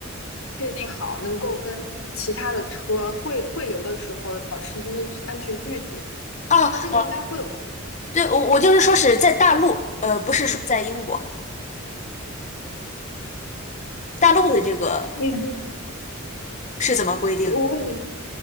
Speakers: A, on the left; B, on the left.
A: 确定好能够跟其他的车汇汇流的时候保持一定的安全距离，
B: 哦哦，
A: 它这个应该会有。
B: 对，我我就是说是在大陆，呃，不是说在英国，
A: 嗯，
B: 大陆的这个
A: 那你你
B: 是怎么规定的？
A: 我你